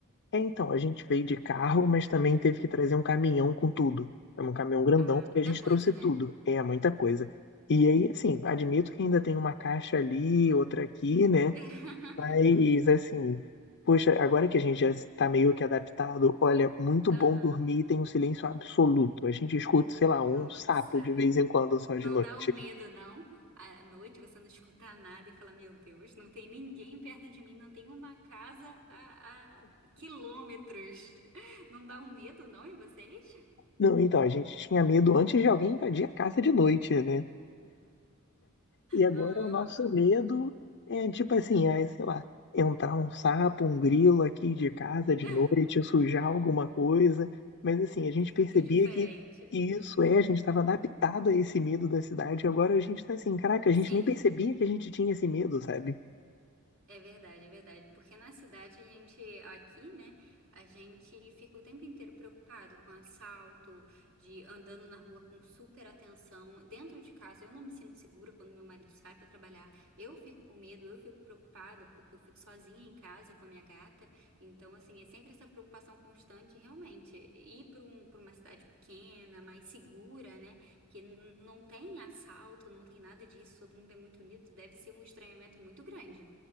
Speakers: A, on the left; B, on the right.
A: É, então, a gente veio de carro, mas também teve que trazer um caminhão com tudo. É um caminhão grandão,
B: Ah,
A: porque
B: muita
A: a gente
B: coisa,
A: trouxe
B: né?
A: tudo. É é muita coisa. E aí, assim, admito que ainda tem uma caixa ali, outra aqui, né?
B: <laughs>
A: Mas, assim, poxa, agora que a gente já está meio que adaptado, olha, muito
B: Aham.
A: bom dormir, tem um silêncio absoluto. A gente escuta, sei lá,
B: Nossa.
A: um sapo de vez em quando só
B: Não
A: de noite.
B: dá um medo, não? À noite você não escuta nada e fala: Meu Deus, não tem ninguém perto de mim, não tem uma casa a, a quilômetros. <laughs> Não dá um medo, não, em vocês?
A: Não, então, a gente tinha medo antes de alguém invadir a casa de noite, né? E agora
B: Aham.
A: o nosso medo é tipo assim, é, sei lá, entrar um sapo, um grilo aqui de casa de
B: <laughs>
A: noite, sujar alguma coisa. Mas assim, a gente
B: Muito
A: percebia
B: diferente.
A: que isso é, a gente estava adaptado a esse medo da cidade. E Agora a gente tá assim, caraca, a
B: Sim.
A: gente nem percebia que a gente tinha esse medo, sabe?
B: É verdade, é verdade. Porque na cidade a gente, aqui, né, a gente fica o tempo inteiro preocupado com assalto, de andando na rua com super atenção. Dentro de casa eu não me sinto segura quando meu marido sai para trabalhar. Eu fico com medo, eu fico preocupada porque eu fico sozinha em casa com a minha gata. Então, assim, é sempre essa preocupação constante, realmente. Ir para um, para uma cidade pequena, mais segura, né, que n- não tem assalto, não tem nada disso, todo mundo é muito unido, deve ser um estranhamento muito grande.